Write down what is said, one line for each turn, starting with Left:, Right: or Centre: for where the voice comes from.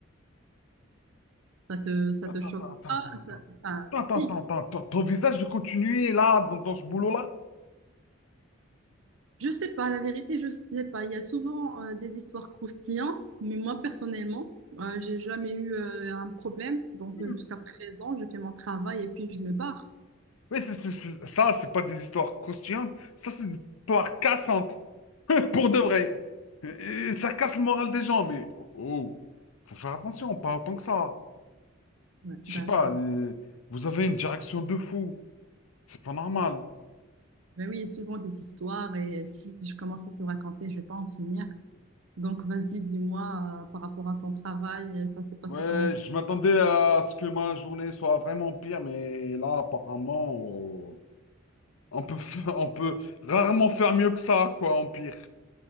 Right: Ça te ça
Left: Attends,
Right: te choque
Left: attends, attends,
Right: pas?
Left: attends,
Right: Ça-
Left: attends.
Right: enfin,
Left: Attends,
Right: si.
Left: attends, attends, attends. Ton visage de continuer là, dans, dans ce boulot-là?
Right: Je sais pas, la vérité, je sais pas. Il y a souvent euh, des histoires croustillantes, mais moi personnellement, euh, j'ai jamais eu euh, un problème. Donc
Left: Hmm.
Right: euh, jusqu'à présent, je fais mon travail et puis je me barre.
Left: Oui, c'est- c'est- c'est- ça, c'est pas des histoires croustillantes. Ça, c'est des histoires cassantes. <laughs> Pour de vrai. Et- et ça casse le moral des gens, mais oh, faut faire attention, pas autant que ça.
Right: Ouais,
Left: Je
Right: ben,
Left: sais pas,
Right: c'est...
Left: euh, vous avez une direction de fou. C'est pas normal.
Right: ben oui, il y a souvent des histoires et si je commence à te raconter, je vais pas en finir. Donc vas-y, dis-moi euh, par rapport à ton travail, euh, ça s'est passé
Left: Ouais,
Right: comment pour
Left: je m'attendais à ce que ma journée soit vraiment pire, mais là, apparemment, oh, On peut, fa- <laughs> on peut rarement faire mieux que ça, quoi, en pire.